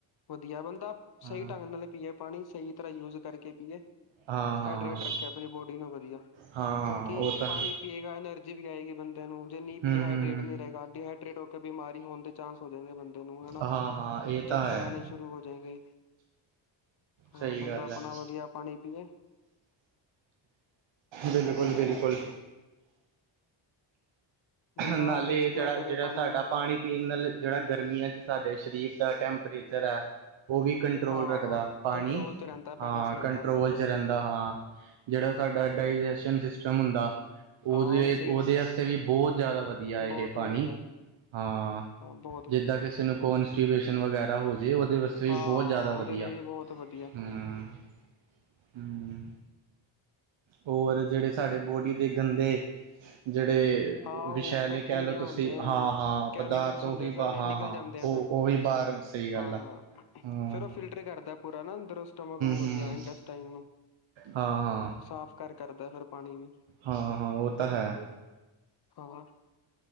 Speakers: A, on the left (about 50°); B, on the right (about 75°).
A: ਵਧੀਆ ਬੰਦਾ
B: ਹਾਂ
A: ਸਹੀ ਢੰਗ ਨਾਲ ਪੀਏ ਪਾਣੀ ਸਹੀ ਤਰ੍ਹਾਂ ਯੂਜ ਕਰਕੇ ਪੀਏ
B: ਹਾਂ ਹਾਂ
A: ਹਾਈਡਰੇਟ ਰੱਖਿਆ ਆਪਣੀ ਬੋਡੀ ਨੂੰ ਵਧੀਆ
B: ਹਾਂ ਹਾਂ
A: ਕਿਉਂਕਿ
B: ਉਹ ਤਾਂ
A: ਪਾਣੀ ਪੀਏਗਾ ਐਨਰਜੀ ਵੀ ਆਏਗੀ ਬੰਦੇ ਨੂੰ ਜੇ ਨੀਂ
B: ਹੂੰ
A: ਪੀਏ ਹਾਈਡਰੇਟ
B: ਹੂੰ।
A: ਨਹੀਂ ਰਹੇਗਾ ਡੀਹਾਈਡਰੇਟ ਹੋ ਕੇ ਬਿਮਾਰੀ ਹੋਣ ਦੇ ਚਾਂਸ ਹੋ ਜਾਏਗੇ ਬੰਦੇ ਨੂੰ ਹਨਾ
B: ਹਾਂ ਹਾਂ ਇਹ
A: ਚੱਕਰ
B: ਤਾਂ ਹੈ
A: ਆਣੇ ਸ਼ੁਰੂ ਹੋ ਜਾਏਗੇ ਹਾਂ
B: ਸਹੀ
A: ਬੰਦਾ
B: ਗੱਲ
A: ਆਪਣਾ
B: ਹੈ
A: ਵਧੀਆ ਪਾਣੀ ਪੀਏ
B: ਬਿਲਕੁਲ
A: ਤੇ
B: ਬਿਲਕੁਲ
A: ਬੰਦਾ
B: ਨਾਲੇ
A: ਵੇਸਟ
B: ਜਿਹੜਾ
A: ਨਾ ਕਰੇ
B: ਜਿਹੜਾ
A: ਪਾਣੀ
B: ਸਾਡਾ
A: ਨੂੰ
B: ਪਾਣੀ ਪੀਣ ਨਾਲ ਜਿਹੜਾ ਗਰਮੀਆਂ ਚ ਸਾਡੇ ਸਰੀਰ ਦਾ ਟੈਂਪਰੇਚਰ ਹੈ ਉਹ ਵੀ ਕੰਟਰੋਲ
A: ਹਾਂ
B: ਰੱਖਦਾ ਪਾਣੀ
A: ਕੰਟਰੋਲ ਚ ਰਹਿੰਦਾ
B: ਹਾਂ
A: ਬੈਲੈਂਸ ਰਹਿੰਦਾ
B: ਕੰਟਰੋਲ
A: ਪ੍ਰੋਪਰ
B: ਚ' ਰਹਿੰਦਾ ਹਾਂ ਜਿਹੜਾ ਸਾਡਾ ਡਾਇਜੈਸ਼ਨ ਸਿਸਟਮ ਹੁੰਦਾ ਉਹਦੇ
A: ਆਹ ਉਹ ਵੀ ਸਹੀ
B: ਉਹਦੇ
A: ਰਹਿੰਦਾ
B: ਵਾਸਤੇ ਵੀ ਬਹੁਤ ਜ਼ਿਆਦਾ ਵਧੀਆ ਇਹ
A: ਬਹੁਤ
B: ਪਾਣੀ
A: ਵਧੀਆ
B: ਹਾਂ
A: ਬਹੁਤ ਵਧੀਆ
B: ਜਿੱਦਾਂ ਕਿਸੇ ਨੂੰ ਕੋ ਕੋਨਸਟੀਪੇਸ਼ਨ ਵਗੈਰਾ ਹੋ ਜੇ ਉਹਦੇ ਸਹੀ
A: ਹਾਂ
B: ਬਹੁਤ ਜ਼ਿਆਦਾ
A: ਉਹਦੇ
B: ਵਧੀਆ
A: ਲਈ ਵੀ ਬਹੁਤ ਵਧੀਆ
B: ਹਮ ਹੰ ਹੋਰ ਜਿਹੜੇ ਸਾਡੇ
A: ਹੋਰ
B: ਬੋਡੀ ਦੇ ਗੰਦੇ ਜਿਹੜੇ
A: ਹਾਂ
B: ਵਿਸ਼ੈਲੇ
A: ਉਹ ਬੈਕਟੀਰੀਆ
B: ਕਹਿ ਲਓ ਤੁਸੀਂ
A: ਹੁੰਦੇ ਆ
B: ਹਾਂ
A: ਹਨਾ
B: ਹਾਂ
A: ਕੈਮੀਕਲਸ
B: ਪਦਾਰਥ ਉਹੀਂ
A: ਹੁੰਦੇ ਆ ਸਾਰੇ
B: ਹਾਂ
A: ਨਿਕਲ
B: ਹਾਂ
A: ਜਾਂਦੇ ਆ
B: ਉਹ
A: ਫਿਰ
B: ਉਹ ਵੀ ਬਾਰਨ ਸਹੀ ਗੱਲ
A: ਹਾਂ
B: ਆ ਹਮ
A: ਫਿਰ ਉਹ ਫਿਲਟਰ ਕਰਦਾ ਪੂਰਾ ਨਾ ਅੰਦਰ ਸਟਮਕ ਨੂੰ ਵਧੀਆ
B: ਹਮ
A: ਇਨਟੇਸਟਾਇਨ ਨੂੰ
B: ਹਾਂ ਹਾਂ
A: ਸਾਫ਼ ਘਰ ਕਰਦਾ ਫਿਰ ਪਾਣੀ ਵੀ
B: ਹਾਂ ਹਾਂ ਉਹ ਤਾਂ ਹੈ
A: ਹੋਰ